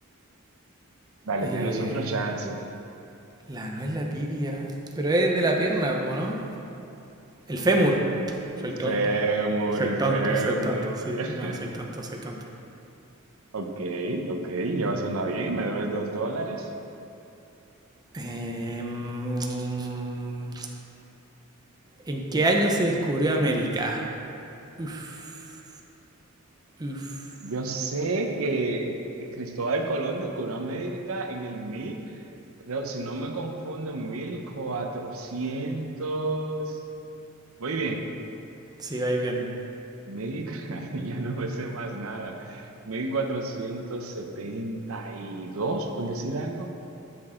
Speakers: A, on the right; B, on the right.
A: Dale,
B: Eh,
A: tienes otro chance.
B: la no es la tibia. Pero es de la pierna, po, ¿no? El fémur. Soy
A: El fémur,
B: tonto. Soy
A: el
B: tonto,
A: fémur.
B: soy tonto. Sí,
A: <laughs>
B: no, soy tonto, soy tonto.
A: Ok, ok, ya suena bien, me debes dos dólares.
B: Eh, mm, ¿en qué año se descubrió América? Uf, uf.
A: Yo sé que Cristóbal Colón descubrió América en el mil, creo, si no me confundo, en 1400. Muy bien,
B: Sí, vais bien.
A: mil, <laughs> ya no me sé más nada. Mil cuatrocientos setenta y dos. por decir algo.